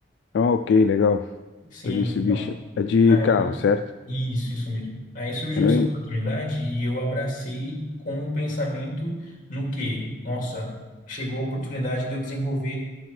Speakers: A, on the left (about 70°); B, on the left (about 45°).
A: Ah, ok, legal.
B: Sim,
A: Da Mitsubishi.
B: então,
A: É de
B: aí,
A: carro, certo?
B: isso, isso mesmo. Aí surgiu
A: Eu não...
B: essa
A: en-
B: oportunidade e eu abracei com o pensamento no que, nossa, chegou a oportunidade de eu desenvolver